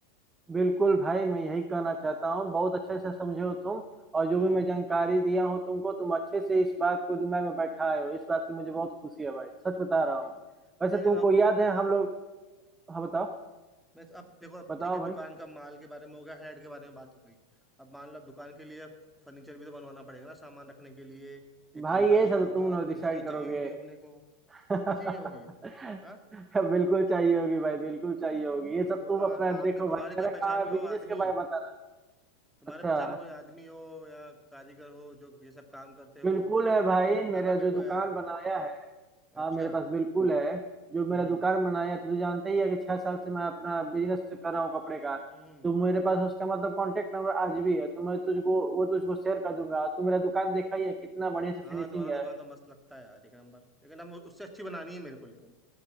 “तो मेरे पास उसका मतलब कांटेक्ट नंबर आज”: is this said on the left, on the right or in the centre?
Right